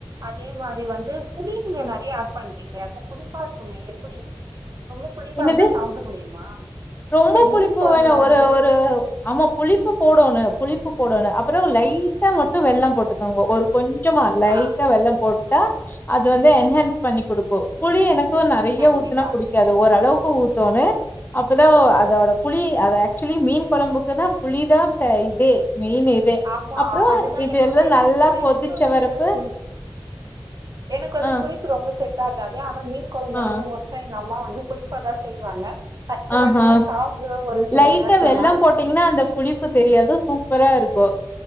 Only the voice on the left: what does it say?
என்னது
ரொம்ப
புளிப்பு
வேணா
ஒரு ஒரு ஆமா புளிப்பு போடனு புளிப்பு போடனு அப்பனா லைட்டா மட்டு வெல்லம் போட்டுக்கோங்க ஒரு கொஞ்சமா லைட்டா
வெல்லம் போட் டா அது வந்து என்ஹான்ஸ் பண்ணி குடுக்கு புளி எனக் கு நறைய
ஊத்துனா புடிக்காது ஓரளவு க்கு ஊத்தோனு அப் பதா அத அத புளி அது ஆக்சுவலி மீன் கொழம்புக்குன்னா புளிதா ஃப இதே மெயின் இதே
அப்புறோ
இதெல்லா
நல்லா
கொதிச்ச
வரப்பு
ஆ
ஆ
ஆஹா
லைட்டா
வெல்லம் போட்டீங்கன்னா அந்த புளிப்பு தெரியாது சூப்பரா இருக்கு